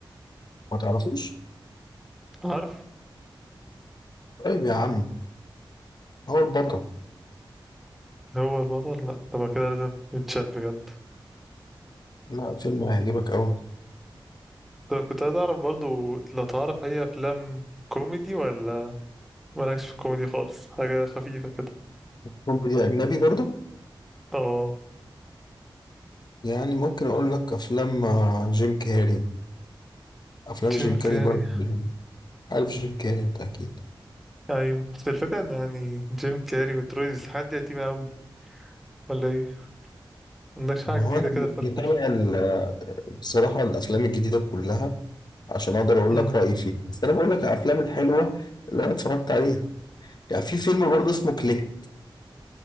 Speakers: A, on the left (about 50°); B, in the centre.
A: ما تعرفوش
B: عارف
A: طيب يا عم هو البطل
B: هو البطل لا طب كده لازم يتشاف بجد
A: لا فيلم هيعجبك قوي
B: طب كنت عايز أعرف برضه لو تعرف هي أفلام كوميدي ولا مالكش في الكوميدي خالص حاجة خفيفة كده
A: كوميدي أجنبي برضه
B: اه
A: يعني ممكن أقول لك أفلام آه، جيم كاري أفلام
B: جيم
A: جيم
B: كاري
A: كاري برضه عارف جيم كاري أنت أكيد
B: ايوه بس الفكرة ان يعني جيم كاري وتروي سيزن دي قديمة اوي ولا ايه مندكش حاجة
A: ما هو
B: جديدة
A: انا
B: كده
A: بتابع
B: فركوشة
A: ال- بصراحه الافلام الجديده كلها عشان اقدر اقول
B: مم.
A: لك رايي فيها بس انا بقول لك الافلام الحلوه اللي انا اتفرجت عليها يعني في فيلم برضه اسمه كليك